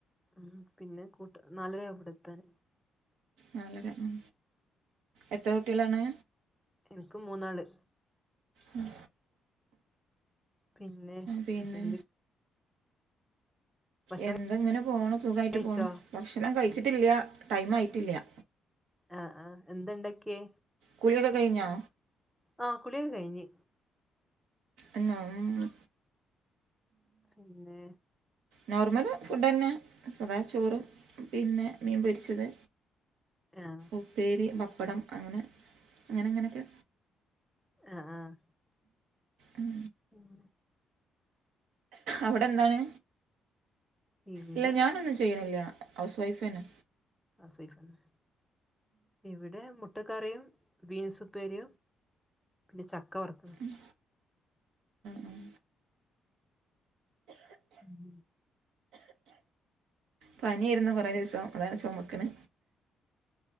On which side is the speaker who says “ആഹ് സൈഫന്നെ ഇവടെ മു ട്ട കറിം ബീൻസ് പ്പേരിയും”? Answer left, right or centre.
Centre